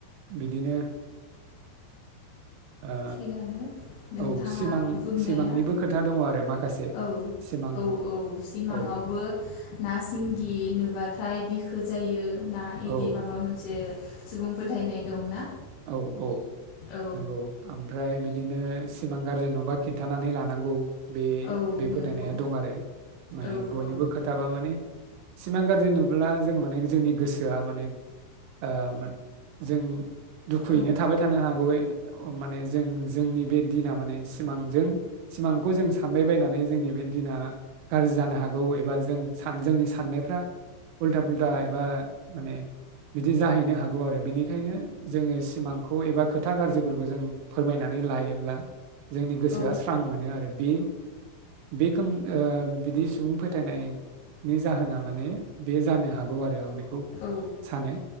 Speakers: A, on the right; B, on the left.
A: बिदिनो ओ
B: थिगानो नोंथाङा
A: औ सिमां
B: बुंनाया
A: सिमांनिबो खोथा दङ आरो माखासे
B: औ
A: सिमां
B: औ औ सिमांङावबो
A: औ
B: ना सिंगि नुबाथाय बि बिखो जायो ना
A: औ
B: इदि माबा मोनसे सुबुं फोथायनाय दंना?
A: औ औ
B: औ
A: नंगौ ओमफ्राय बिदिनो सिमां गाज्रि नुबा खिन्थानानै लानांगौ बे
B: औ
A: बे फोथायनाया
B: नंगौ
A: दं आरो माने
B: औ
A: बयनोबो
B: औ
A: खोथाबा माने सिमां गाज्रि नुब्ला जों माने जोंनि गोसोआ माने ओ जों दुखुयैनो
B: औ
A: थाबाय थानो हागौ ओ माने जों जोंनि बे दिना माने सिमांजों सिमांखौ जों सानबायबायनानै जोंनि बे दिना गाज्रि जानो हागौ एबा जों सान जोंनि साननायफ्रा उल्था फुल दा एबा माने बिदि जाहैनो हागौ आरो बिनिखायनो जोङो सिमांखौ एबा खोथा गाज्रिफोरखौ जों फोरमायनानै लायोब्ला जोंनि गोसोआ
B: औ
A: स्रां मोनो आरो बे बेखोम ओ बिदि सुबुं फोथायनायनि जाहोना माने बे जानो हागौ आरो आं बे खौ
B: औ
A: सानो